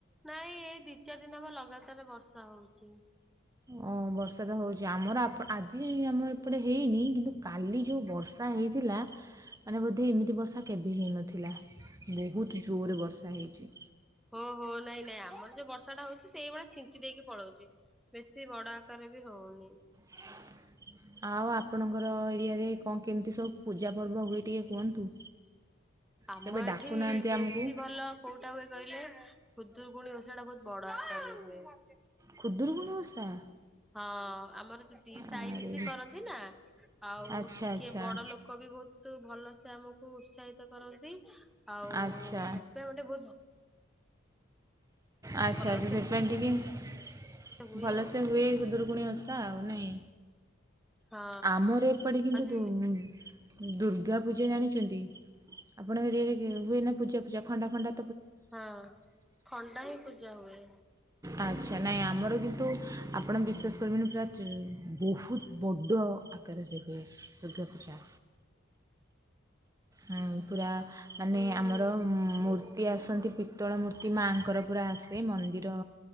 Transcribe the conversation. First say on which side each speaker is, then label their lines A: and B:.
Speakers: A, in the centre; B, on the right.
A: ନାଇଁ ଏଇ ଦି ଚାରି ଦିନ ହବ ଲଗାତାର ବର୍ଷା ହଉଛି।
B: ଓ ବର୍ଷା ତ ହଉଛି ଆମର ଆଜି ଆମ ଏପଟେ ହେଇନି କିନ୍ତୁ କାଲି ଯୋଉଁ ବର୍ଷା ହେଇଥିଲା ମାନେ ବୋଧେ ଏମିତି ବର୍ଷା କେବେ ହେଇନଥିଲା। ବହୁତ ଜୋରରେ ବର୍ଷା ହେଇଛି।
A: ହୋ ହୋ ନାଇଁ ନାଇଁ ଆମର ଯୋଉ ବର୍ଷା ଟା ହଉଛି ସେଇଭଳିଆ ଛିଞ୍ଚି ଦେଇକି ପଳଉଛି। ବେଶୀ ବଡ ଆକାରରେ ବି ହଉନି।
B: ହ ଆଉ ଆପଣଙ୍କର ଏରିଆରେ କଣ କେମିତି ସବୁ ପୂଜା ପର୍ବ ହୁଏ ଟିକିେ କୁହନ୍ତୁ।
A: ଆମର
B: କେବେ
A: ଏଠି
B: ଡାକୁନାହାନ୍ତି
A: ବେଶୀ
B: ଆମକୁ
A: ଭଲ କୋଉଟା ହୁଏ କହିଲେ ଖୁଦୁୁରକୁୁଣି ଓଷା ଟା ବହୁତ ବଡ ଆକାର ରେ ହୁଏ।
B: ଖୁଦୁରୁକୁଣି ଓଷା।
A: ହଁ ଆମର ଦିସାହି
B: ଆରେ
A: ମିଶି କରନ୍ତି ନା ଆଉ
B: ଆଚ୍ଛା
A: ଟିକେ
B: ଆଚ୍ଛା
A: ବଡ ଲୋକ। ଲୋକ ବି ବହୁତ ଭଲସେ ଆମକୁ ଉତ୍ସାହିତ କରନ୍ତି ଆଉ
B: ଆଚ୍ଛା
A: ସେଥିପାଇଁ ଗୋଟେ ବହୁତ।
B: ଆଚ୍ଛା
A: ଭଲସେ
B: ଆଚ୍ଛା ସେଥିପାଇଁ ଟିକେ
A: ହୁଏ
B: ଭଲସେ
A: ଆଉ
B: ହୁଏ ଖୁଦୂରୁକୁଣି ଅଷା ଆଉ ନାଇଁ।
A: ହଁ।
B: ଆମର ଏପଟେ କିନ୍ତୁ
A: ଆଉ ଯ
B: ଦୂର୍ ଦୁର୍ଗା ପୂଜା ଜାଣିଛନ୍ତି ଆପଣଙ୍କ ଏରିଆ ରେ ହୁଏ ନା ପୂଜା ପୂଜା ଖଣ୍ଡା ଫଣ୍ଡା
A: ହଁ ଖଣ୍ଡା ହିଁ ପୂଜା ହୁଏ।
B: ଆଚ୍ଛା ନାହିଁ ଆମର କିନ୍ତୁ ଆପଣ ବିଶ୍ୱାସ କରିବେନି ପୁରା ଯ ବହୁତ ବଡ଼ ଘରେ ହୁଏ ଦୁର୍ଗା ପୂଜା। ହଁ ପୁରା ମାନେ
A: ହୁଁ
B: ଆମର
A: ହୁଁ।
B: ମୂର୍ତ୍ତି ଆସନ୍ତି ପିତ୍ତଳ ମୂର୍ତ୍ତି ମାଆଙ୍କର ପୁରା ଆସେ ମନ୍ଦିର